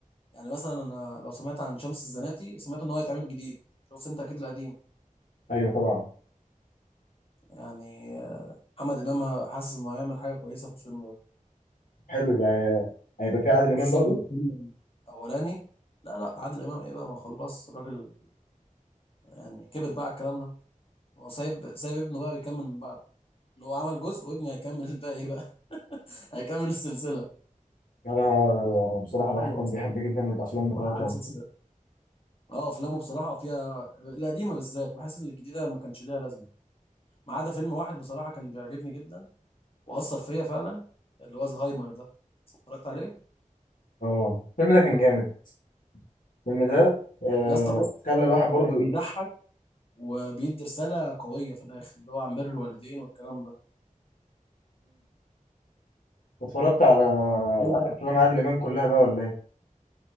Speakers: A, on the left; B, on the left.
A: يعني مثلا انا لو سمعت عن شمس الزناتي سمعت ان هو هيتعمل جديد شفت انت اكيد القديم
B: ايوه طبعا
A: يعني آه، محمد امام حاسس انه هيعمل حاجه كويسه في الفيلم ده
B: حلو ده هيبقى في عادل
A: خصوصا
B: امام برضه
A: إن الفيلم الاولاني لا لا عادل امام ايه بقى ما خلاص الراجل يعني كبر بقى على الكلام ده هو سايب سايب ابنه بقى بيكمل من بعده اللي هو عمل جزء وابنه هيكمل الباقي بقى <laughs> هيكمل السلسله
B: انا انا بصراحة الواحد
A: حلو
B: كان
A: اصلا
B: بيحب جدا الافلام بتاعته
A: وحاسس اه افلامه بصراحه فيها القديمه بالذات بحس ان الجديده ما كانش ليها لازمه ما عدا فيلم واحد بصراحه كان بيعجبني جدا واثر فيا فعلا اللي هو زهايمر ده اتفرجت عليه
B: اه الفيلم ده كان جامد الفيلم ده آه،
A: يا اسطى بص
B: خلى الواحد برضه
A: كان بيضحك وبيدي رساله قويه في الاخر اللي هو عن بر الوالدين والكلام ده
B: اتفرجت على
A: ايه اللي
B: افلام عادل امام كلها بقى ولا ايه